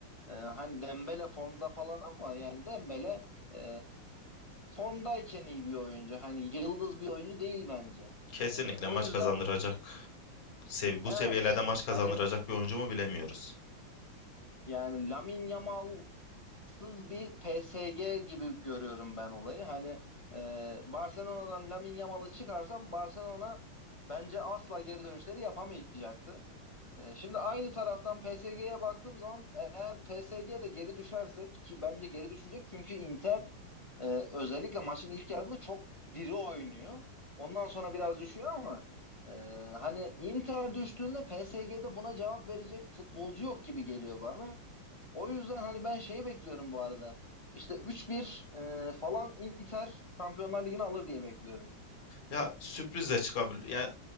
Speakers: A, on the left; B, on the left.
A: E, hani Dembele formda falan ama yani Dembele e, formdayken iyi bir oyuncu. Hani yıldız bir oyuncu değil bence.
B: Kesinlikle
A: E, o
B: maç
A: yüzden
B: kazandıracak. sev- Bu
A: evet.
B: seviyelerde maç kazandıracak
A: Hani
B: bir oyuncu mu bilemiyoruz.
A: Yani Lamine Yamal'sız bir PSG gibi görüyorum ben olayı. Hani e, Barcelona'dan Lamine Yamal'ı çıkarsam Barcelona bence asla geri dönüşleri yapamayacaktı. E, şimdi aynı taraftan PSG'ye baktığım zaman eğer PSG de geri düşerse ki bence geri düşecek çünkü Inter e, özellikle maçın ilk yarısında çok diri oynuyor. Ondan sonra biraz düşüyor ama e, hani Inter düştüğünde PSG'de buna cevap verecek futbolcu yok gibi geliyor bana. O yüzden hani ben şeyi bekliyorum bu arada. İşte üç bir e, falan Inter Şampiyonlar Ligi'ni alır diye bekliyorum.
B: Ya sürpriz de çıkabilir. Yani